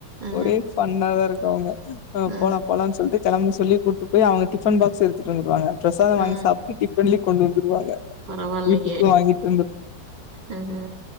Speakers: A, on the right (about 80°); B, on the left (about 60°).
A: ஆ
B: ஒரே ஃபன்னாதாருக்கு அவுங்க அ
A: ஆ
B: போலா போலான் சொல்ட்டு கெளம்ப சொல்லி கூட்டு போய் அவுங்க டிஃபன் பாக்ஸ் எடுத்துட்டு வந்துருவாங்க பிரசாதொ
A: ஆ
B: வாங்கி சாப்ட்டு டிஃபன்லியு கொண்டு வந்துருவாங்க
A: பரவால்லையே
B: வீட்டுக்கு வாங்கிட்டு
A: அ அ அ